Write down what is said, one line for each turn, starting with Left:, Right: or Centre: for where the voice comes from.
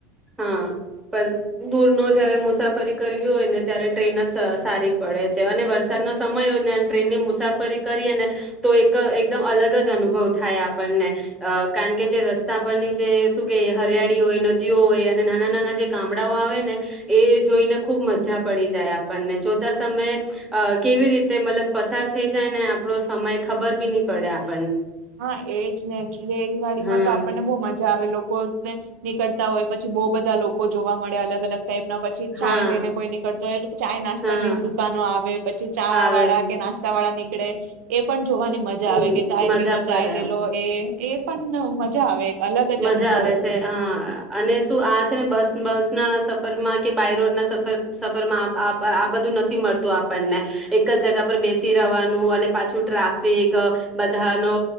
Centre: હા પણ દૂરનો જયારે મુસાફરી કરવી હોય ને ત્યારે ટ્રેન જ સ સારી પડે છે અને વરસાદનો સમય હોય અને ટ્રેનની મુસાફરી કરીએ ને તો એક એકદમ અલગ જ અનુભવ થાય આપણને અ કારણ કે જે રસ્તા પરની જે શું કે હરિયાળી હોય નજીક હોય અને નાના નાના જે ગામડાઓ આવે ને એ જોઈને ખૂબ મજા પડી જાય આપણને જોતા સમય અ કેવી રીતે મતલબ પસાર થઈ જાય ને આપડો સમય ખબર બી ની પડે આપ
Right: હ એજ ને રેલગાડી
Centre: હા
Right: માં તો આપણને બહુ મજા આવે લોક કોને નીકળતા હોય પછી બહુ બધા લોકો જોવા મળે અલગ અલગ ટાઇપના પછી ચાય
Centre: હા
Right: લઈને કોઈ નીકળતો હોય ચાય નાસ્તાની
Centre: હા
Right: દુકાનો આવે પછી ચા
Centre: આવે
Right: વાળા કે નાસ્તાવાળા નીક પણે એ પણ જોવાની મજા
Centre: હમ
Right: આવે કે ચાય
Centre: મજા
Right: પીલો ચાય
Centre: પડે
Right: લેલો એ એ એ પન મજા આવે. અલગ જ
Centre: મજા
Right: અનુભવ
Centre: આવે
Right: હોય
Centre: છે હા અને શું આ છે ને બસ બસ ના સફરમાં કે બાય રોડ ના સફર સફરમાં આ આ આ બધું નથી મળતું આપણને એક જ જગા પર બેસી રવાનું અને પાછું ટ્રાફિક અ બધાનો